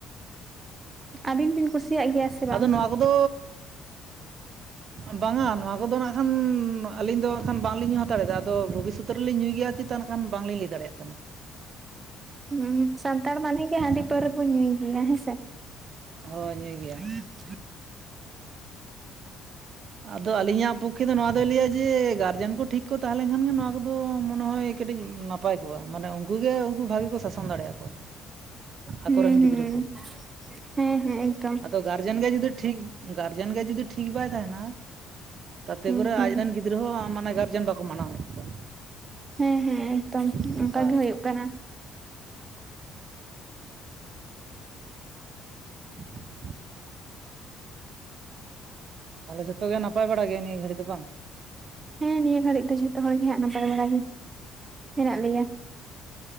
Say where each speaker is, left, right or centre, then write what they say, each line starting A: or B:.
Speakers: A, on the right; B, on the right.
A: ᱟᱹᱵᱤᱱ ᱵᱤᱱ ᱠᱩᱥᱤᱭᱟᱜ ᱜᱮᱭᱟ ᱥᱮ
B: ᱟᱫᱚ
A: ᱵᱟᱝ?
B: ᱱᱚᱣᱟ ᱠᱚᱫᱚ ᱵᱟᱝᱟ ᱱᱚᱣᱟ ᱠᱚᱫᱚ ᱦᱟᱸᱜ ᱠᱷᱟᱱ ᱟᱹᱞᱤᱧ ᱫᱚ ᱦᱟᱜ ᱠᱷᱟᱱ ᱵᱟᱝᱞᱤᱧ ᱧᱩ ᱦᱟᱛᱟᱲᱮᱫᱟ ᱟᱫᱚ ᱵᱷᱚᱵᱤᱥᱚᱛ ᱨᱮᱞᱤᱧ ᱧᱩᱭ ᱜᱮᱭᱟ ᱪᱮᱛᱟᱱ ᱠᱷᱟᱱ ᱵᱟᱝᱞᱤᱧ ᱞᱟᱹᱭ ᱫᱟᱲᱮᱭᱟᱜ ᱠᱟᱱᱟ᱾
A: ᱦᱩᱸ ᱥᱟᱱᱛᱟᱲ ᱢᱟᱱᱮ ᱜᱮ
B: ᱱᱟᱜ᱾
A: ᱦᱟᱺᱰᱤ ᱯᱟᱹᱣᱨᱟ ᱫᱚᱵᱚᱱ ᱧᱩᱭ ᱜᱮᱭᱟ ᱦᱮᱸᱥᱮ᱾
B: ᱦᱳᱭ ᱧᱩᱭ ᱜᱮᱭᱟ
A: <inaudible>
B: ᱟᱫᱚ ᱟᱹᱞᱤᱧᱟᱜ ᱯᱚᱠᱠᱷᱮ ᱫᱚ ᱱᱚᱣᱟ ᱫᱚᱭ ᱞᱟᱹᱭᱟ ᱡᱮ ᱜᱟᱨᱡᱮᱱ ᱠᱚ ᱴᱷᱤᱠ ᱠᱚ ᱛᱟᱦᱮᱸ ᱞᱮᱱ ᱠᱷᱟᱱ ᱜᱮ ᱱᱚᱣᱟ ᱠᱚᱫᱚ ᱢᱚᱱᱮ ᱦᱚᱭ ᱠᱟᱹᱴᱤᱡ ᱱᱟᱯ ᱯᱟᱭ ᱠᱚᱜᱼᱟ ᱢᱟᱱᱮ ᱩᱱᱠᱩᱜ ᱜᱮ ᱩᱱᱠᱩ ᱵᱷᱟᱜᱮ ᱠᱚ ᱥᱟᱥᱚᱱ ᱫᱟᱲᱮᱭᱟ ᱠᱚᱣᱟ᱾
A: ᱦᱩᱸ
B: ᱟᱠᱚᱨᱮᱱ
A: ᱦᱩᱸ᱾
B: ᱜᱤᱫᱽᱨᱟᱹ ᱠᱚ
A: ᱦᱮᱸ ᱦᱮᱸ ᱮᱠᱫᱚᱢ᱾
B: ᱟᱫᱚ ᱜᱟᱨᱡᱮᱱ ᱜᱮ ᱡᱩᱫᱤ ᱴᱷᱤᱠ᱾ ᱜᱟᱨᱡᱮᱱ ᱜᱮ ᱡᱩᱫᱤ ᱴᱷᱤᱠ ᱵᱟᱭ ᱛᱟᱦᱮᱱᱟ ᱛᱟᱛᱮ
A: ᱦᱩᱸ
B: ᱠᱚᱨᱮ
A: ᱦᱩᱸ
B: ᱟᱡᱨᱮᱱ ᱜᱤᱫᱽᱨᱟᱹ ᱦᱚᱸ ᱢᱟᱱᱮ ᱜᱟᱨᱡᱮᱱ ᱵᱟᱠᱚ ᱢᱟᱱᱟᱣᱮᱫ ᱠᱚᱣᱟ᱾
A: ᱦᱮᱸ ᱦᱮᱸ ᱮᱠᱫᱚᱢ
B: ᱱᱚᱝᱠᱟ
A: ᱚᱱᱠᱟ ᱜᱮ ᱦᱚᱭᱩᱜ ᱠᱟᱱᱟ᱾
B: <inaudible> ᱛᱟᱦᱚᱞᱮ ᱡᱷᱚᱛᱚ ᱜᱮ ᱱᱟᱯᱟᱭ ᱵᱟᱲᱟ ᱜᱮ ᱱᱤᱭᱟᱹ ᱜᱷᱟᱹᱲᱤ ᱫᱚ ᱵᱟᱝ?
A: ᱦᱮᱸ ᱱᱤᱭᱟᱹ ᱜᱷᱟᱹᱲᱤᱡ ᱫᱚ ᱡᱷᱚᱛᱚ ᱦᱚᱲ ᱜᱮ ᱦᱟᱸᱜ ᱱᱟᱯᱟᱭ ᱵᱟᱲᱟ ᱜᱮ ᱦᱮᱱᱟᱜ ᱞᱮᱭᱟ᱾